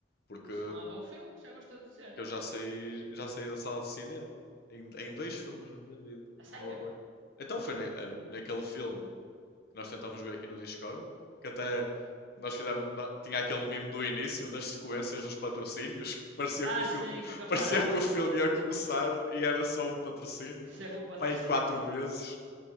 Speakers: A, on the left (about 55°); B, on the right (about 80°).
A: Porque,
B: Pois, não há bom filme, já gostou de dizer.
A: porque eu já saí, já saí da sala de cinema em, em dois filmes na minha vida
B: A
A: que
B: sério?
A: não aguento. Então foi na- era naquele filme que nós tentámos ver aqui no Discord, que até nós fizemos, nó- tinha aquele mimo do início das sequências dos patrocínios, que parecia
B: Ah,
A: que o filme,
B: sim,
A: <laughs>
B: que comparavam,
A: parecia que o filme
B: sim.
A: ia começar e era só um patrocínio,
B: <laughs> Isso é bom patrocínio,
A: pai, quatro
B: sim.
A: vezes.